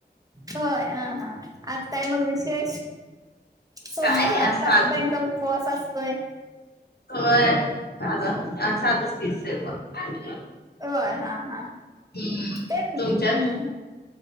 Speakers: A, on the right; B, on the left.
A: होय हा हा आज काय मग विशेष. सोमवार
B: काय नाही
A: आज सासुबईनचा
B: साध
A: उपवास असतोय.
B: होय, साधा आज साधच की स्वयंपाक.
A: होय, हा हा,
B: हम्म
A: तेच
B: तुमच्यात
A: हम्म हम्म.